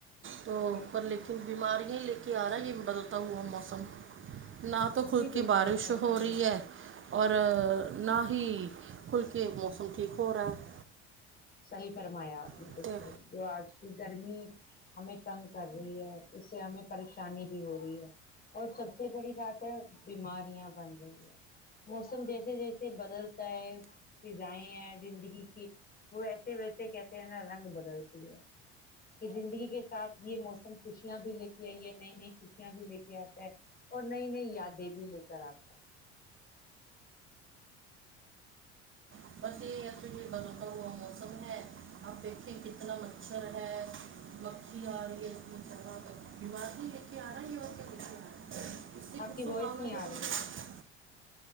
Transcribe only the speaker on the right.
تو
پر لیکن بیماریاں کہ آ رہا ہے یہ بدلتا ہوا موسم نہ تو کل
کی
بارش
ہو
ہو رہی ہے اور نہ ہی کھل کے موسم ٹھیک ہو رہا ہے
ہے
<unintelligible> بدلتا ہوا موسم ہے آپ دیکھے کتنا مچھر ہے مکھی آ رہی <unintelligible> بیمار نہیں لے کے آ رہا ہے یہ رہا ہے اس سے
کچھ
تو
کھانا
تو
بس